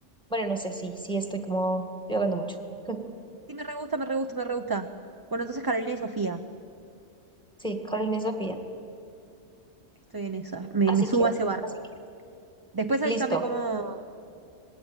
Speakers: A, in the centre; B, on the right.
A: Bueno, no sé si sí, sí estoy como divagando mucho. <laughs>
B: Sí, me re gusta, me re gusta, me re gusta. Bueno, entonces Carolina y Sofía,
A: Sí, Karen y Sofía.
B: estoy en esa, me,
A: Así
B: me subo
A: queda,
B: a ese barco.
A: así queda.
B: Después avísame
A: Listo,
B: cómo,